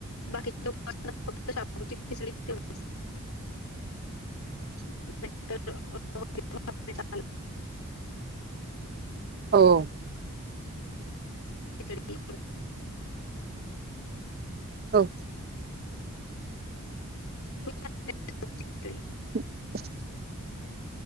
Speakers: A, on the left; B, on the right.
A: बाकीचे लोक फक्त शाबूची खिचडी ब.... <unintelligible>
B: हो....
A: ब
B: हो....
A: <unintelligible>
B: <unintelligible>